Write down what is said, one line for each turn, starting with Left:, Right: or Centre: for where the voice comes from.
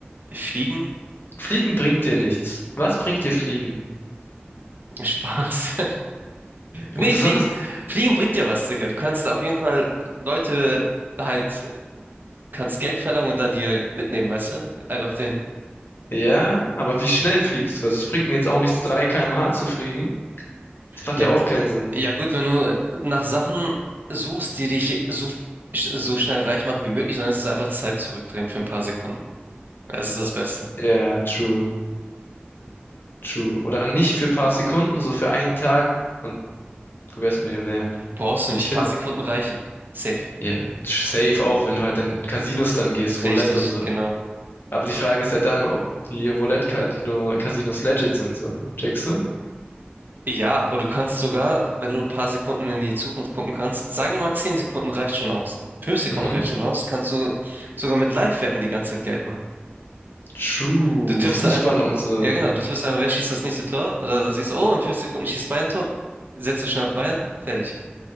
Right: Fliegen.
Left: Fliegen bringt dir nichts. Was bringt dir Fliegen?
Right: <laughs> Spaß. Nee,
Left: Und besonders,
Right: Fliegen, Fliegen bringt ja was, Digga. Du kannst auf jeden Fall Leute halt, äh, kannst Geld verlangen und dann die halt mitnehmen, weißt du? Halt auf den.
Left: ja, aber wie schnell fliegst du? Also es bringt mir jetzt auch nichts, 3 km/h zu fliegen. Das macht
Right: Ja,
Left: ja auch keinen Sinn.
Right: ja gut, wenn du nach Sachen suchst, die dich so, so schnell reich machen wie möglich, dann ist es einfach Zeit zurückdrehen für ein paar Sekunden. Das ist das Beste.
Left: Ja, true, true. Oder nicht für ein paar Sekunden, so für einen Tag und du wärst Millionär.
Right: Brauchst du nicht,
Left: Ich
Right: ein
Left: würde,
Right: paar Sekunden reichen. Safe.
Left: ja, safe auch, wenn du halt in Casinos dann gehst, Roulette
Right: Richtig,
Left: und so.
Right: genau.
Left: Aber die Frage ist ja dann, ob die roulette Casinos legit sind, so. Checkst du?
Right: Ja, aber du kannst sogar, wenn du ein paar Sekunden in die Zukunft gucken kannst, sagen wir mal 10 Sekunden reicht schon aus. 5 Sekunden
Left: Mhm.
Right: reicht schon aus, kannst du sogar mit Live-Wetten die ganze Zeit Geld machen.
Left: True.
Right: Du tippst
Left: Fußball
Right: dann einfach,
Left: und so.
Right: ja genau, du tippst einfach, wer schießt das nächste Tor? Oder du siehst, oh, in 5 Sekunden schießt Bayern ein Tor, setzt du schnell auf Bayern, fertig.